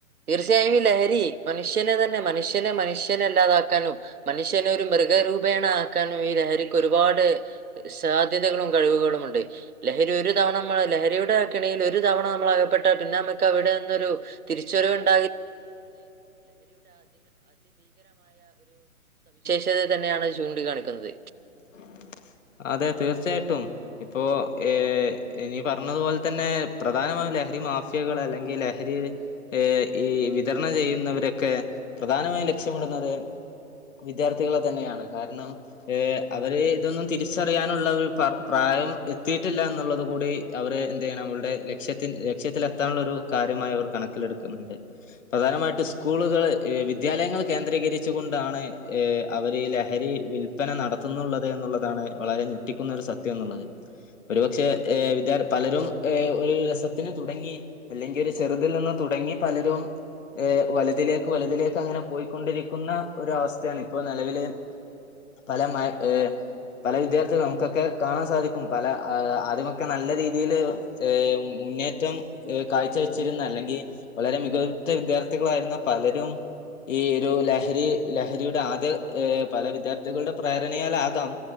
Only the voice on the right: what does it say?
തീർച്ചയായും ഈ ലഹരി മനുഷ്യനെ തന്നെ മനുഷ്യനെ മനുഷ്യനെല്ലാതാക്കാനും മനുഷ്യനെ ഒരു മൃ എ രൂപേണ ആക്കാനും ഈ ലഹരിക്ക് ഒരുപാട് സാധ്യതകളും കഴിവുകളും ഉണ്ട് ലഹരി ഒരു തവണ മ്മ ലഹരിയുടെ കെണിയിൽ ഒരു തവണ നമ്മള അകപ്പെെട്ട പിന്നെ നമുക്ക് അവിടെന്നൊരു തിരി ചെരുവുണ്ട അത് തന്നെയാണ് ചൂണ്ടാണിക്കുന്നത്